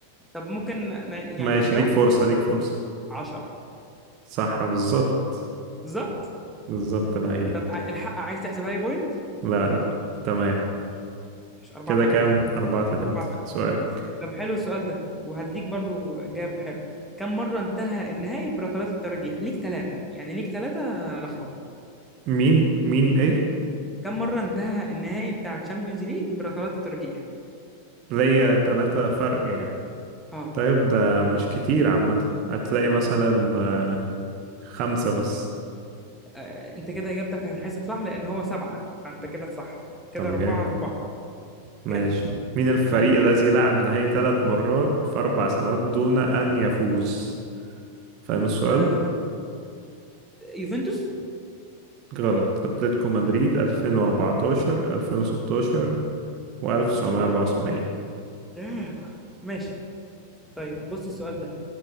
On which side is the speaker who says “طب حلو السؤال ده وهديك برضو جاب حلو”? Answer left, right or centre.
Centre